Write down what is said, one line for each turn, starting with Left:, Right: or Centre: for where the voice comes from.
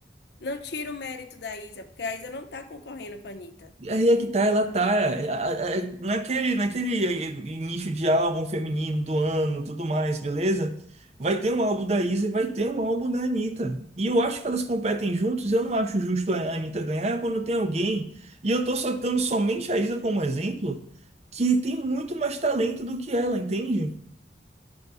Left: não tira o mérito da Isa, porque a Isa não está concorrendo com a Anitta.
Right: Aí é que tá, ela tá é, a- a- naquele, naquele nicho de álbum feminino do ano, tudo mais, beleza? Vai ter um álbum da Isa e vai ter um álbum da Anitta. E eu acho que elas competem juntos, eu não acho justo a Anitta ganhar quando tem alguém. E eu tô soltando somente a Isa como exemplo, que tem muito mais talento do que ela, entende?